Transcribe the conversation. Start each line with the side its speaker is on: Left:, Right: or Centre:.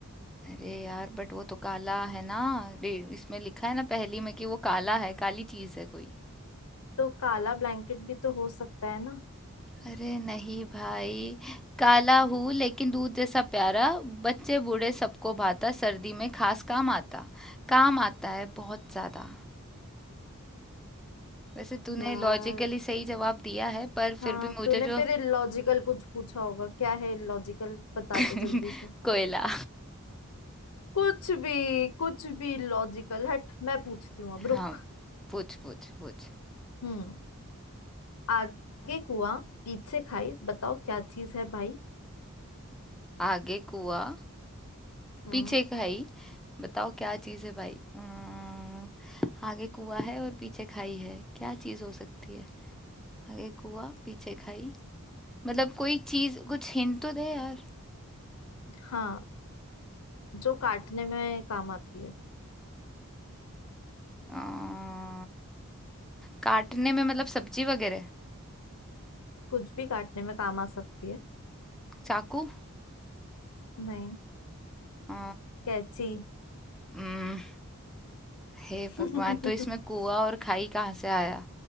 Centre: अरे यार बट वो तो काला है ना रे- इसमें लिखा है ना पहेली में कि वो काला है काली चीज़ है कोई
Left: तो काला ब्लैंकेट भी तो हो सकता है ना
Centre: अरे नहीं भाई काला हूँ लेकिन दूध जैसा प्यारा बच्चे बूढ़े सबको भाता सर्दी में खास काम आता काम आता है बहुत ज्यादा वैसे तूने
Left: यार
Centre: लॉजिकली सही जवाब दिया है पर
Left: हाँ
Centre: फिर भी मुझे
Left: तूने
Centre: जो
Left: फिर इलॉजिकल कुछ पूछा होगा क्या है इलॉजिकल बताते
Centre: <laughs>
Left: जल्दी से
Centre: कोयला
Left: कुछ भी कुछ भी लॉजिकल हट मैं पूछती हूँ अब रुक
Centre: हाँ पूछ पूछ पूछ
Left: हम्म आगे कुआं पीछे खाई बताओ क्या चीज है भाई
Centre: आगे कुआ
Left: हम्म
Centre: पीछे खाई बताओ क्या चीज़ है भाई अम्म, आगे कुआ है और पीछे खाई है क्या चीज़ हो सकती है आगे कुआ पीछे खाई मतलब कोई चीज कुछ हिंट तो दे यार
Left: हाँ जो काटने में काम आती है
Centre: अ, काटने में मतलब सब्जी वगैरह
Left: कुछ भी काटने में काम आ सकती है
Centre: चाकू
Left: नहीं
Centre: अ,
Left: कैची
Centre: हम्म, हे
Left: <laughs>
Centre: भगवान तो इसमें कुआ और खाई कहाँ से आया